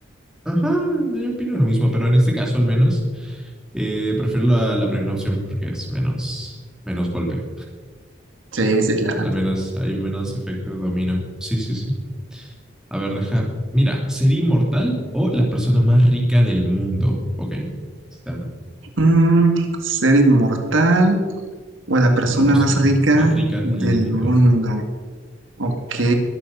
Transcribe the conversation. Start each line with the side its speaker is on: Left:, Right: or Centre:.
Centre: Ajá, yo opino lo mismo, pero en este caso al menos eh, prefiero la, la primera opción porque es menos, menos golpe.
Right: Sí, sí, claro.
Centre: Al menos hay menos efecto de dominó. Sí, sí, sí. A ver, deja. Mira, ser inmortal o la persona más rica del mundo, ¿ok? Está bueno.
Right: Mm, ser inmortal. O la persona
Centre: O la persona
Right: más rica
Centre: más rica del
Right: del
Centre: mundo.
Right: mundo. Ok.